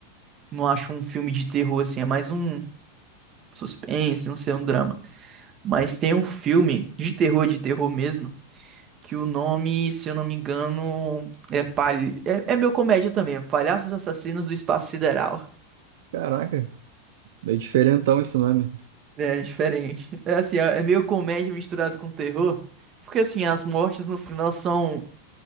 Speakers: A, on the right (about 35°); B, on the right (about 70°).
A: não acho um filme de terror, assim, é mais um suspense, não sei, um drama. Mas tem um filme de terror, de terror mesmo que o nome, se eu não me engano, é, palha... é, é meio comédia também, é Palhaços Assassinos do Espaço Sideral.
B: Caraca, bem diferentão esse nome.
A: É é diferente. <laughs> É assim, é é meio comédia misturado com terror, porque assim, as mortes no final são